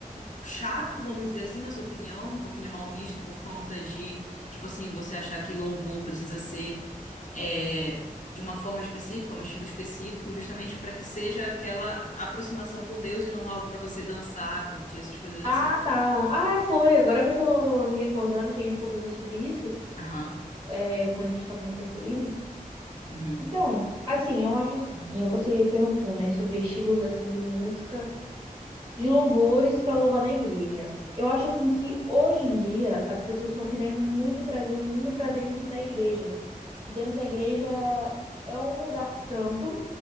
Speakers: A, on the left; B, on the right.
A: chato, vamos dizer assim, na sua opinião, um pouquinho mal visto por conta de, tipo assim, você achar que louvor precisa ser é, de uma forma específica, um estilo específico, justamente para que seja aquela aproximação com Deus e não algo para você dançar, curtir essas coisas
B: Ah,
A: assim.
B: tá. Ah, foi. Agora que eu tô me recordando que a gente conversou sobre isso,
A: Aham,
B: é, quando a gente tava no tempo livre.
A: uhum,
B: Então, assim, eu acho assim, que nem você perguntou, né, sobre estilos assim de música. de louvores para louvar na igreja. Eu acho assim que hoje em dia as pessoas estão querendo muito trazer o mundo para dentro da igreja, que dentro da igreja é um lugar santo,